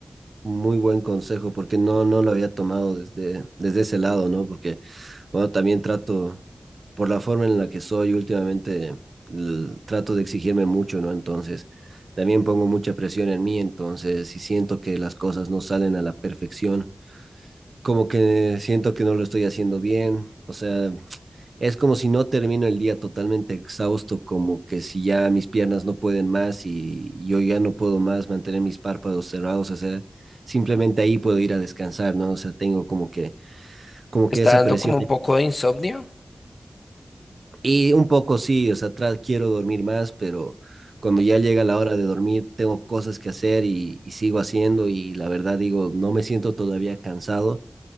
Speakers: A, on the right (about 80°); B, on the left (about 65°).
A: Muy buen consejo, porque no, no lo había tomado desde, desde ese lado, ¿no? Porque, bueno, también trato, por la forma en la que soy últimamente, l- trato de exigirme mucho, ¿no? Entonces, también pongo mucha presión en mí, entonces, si siento que las cosas no salen a la perfección, como que siento que no lo estoy haciendo bien, o sea, es como si no termino el día totalmente exhausto, como que si ya mis piernas no pueden más y yo ya no puedo más mantener mis párpados cerrados, o sea, simplemente ahí puedo ir a descansar, ¿no? O sea, tengo como que, como
B: ¿Está
A: que esa
B: dando
A: presión.
B: como un poco de insomnio?
A: Y un poco sí, o sea, atrás quiero dormir más, pero cuando ya llega la hora de dormir, tengo cosas que hacer y, y sigo haciendo y la verdad digo, no me siento todavía cansado